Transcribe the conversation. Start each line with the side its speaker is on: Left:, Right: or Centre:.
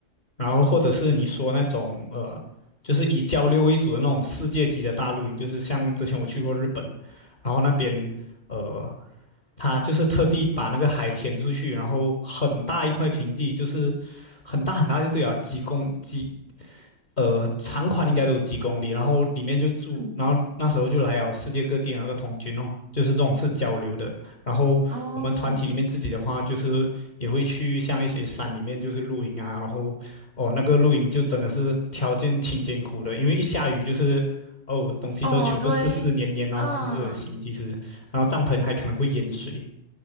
Left: 然后或者是你说那种呃，就是以交流为主的那种世界级的大露营，就是像之前我去过日本，然后那边呃，他就是特地把那个海填出去，然后很大一块平地，就是很大很大就对啊，几公几呃，长宽应该都有几公里，然后里面就住，
Right: 嗯，
Left: 然后那时候就来了世界各地的那个童军哦，就是这种是交流的。然后我们团体里面自己的话，
Right: 哦
Left: 就是也会去像一些山里面就是露营啊，然后哦那个露营就真的是条件挺艰苦的，因为一下雨就是哦东西都全部湿湿黏黏，
Right: 哦，对，
Left: 然后很恶心其实，
Right: 嗯
Left: 然后帐篷还可能会淹水。